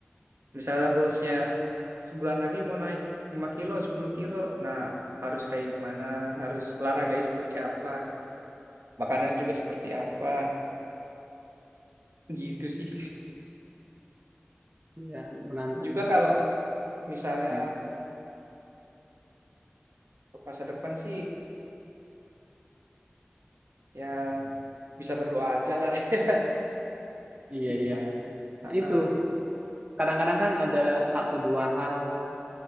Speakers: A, on the right; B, on the right.
A: misalnya goalsnya sebulan lagi mau naik 5 kilo, 10 kilo. Nah harus kayak gimana, harus olahraganya seperti apa, makanannya juga seperti apa. <laughs> Gitu sih.
B: Iya, menantang.
A: Juga kalau misalnya
B: Hmm,
A: untuk masa depan sih ya bisa berdoa aja lah. <laughs>
B: iya,
A: Tapi gimana?
B: iya.
A: Ah,
B: Nah,
A: ah,
B: itu kadang-kadang kan ada satu dua hal